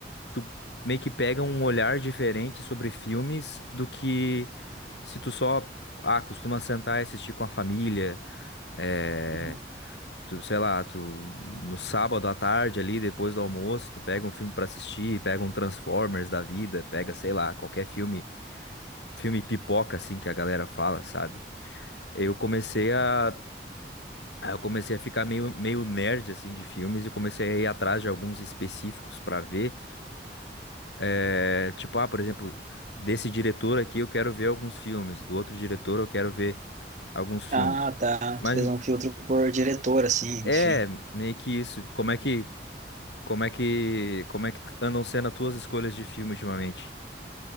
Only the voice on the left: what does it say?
tu meio que pega um olhar diferente sobre filmes do que se tu só, ah, costuma sentar e assistir com a família, eh,
tu, sei lá, tu no sábado à tarde ali, depois do almoço, tu pega um filme pra assistir, pega um Transformers da vida, pega, sei lá, qualquer filme, filme pipoca assim que a galera fala, sabe? Eu comecei a Aí eu comecei a ficar meio, meio nerd, assim, de filmes e comecei a ir atrás de alguns específicos pra ver. Eh, tipo, ah, por exemplo, desse diretor aqui eu quero ver alguns filmes, do outro diretor eu quero ver alguns filmes.
Mas
é
meio que isso. Como é que, como é que, como é que andam sendo as tuas escolhas de filme ultimamente?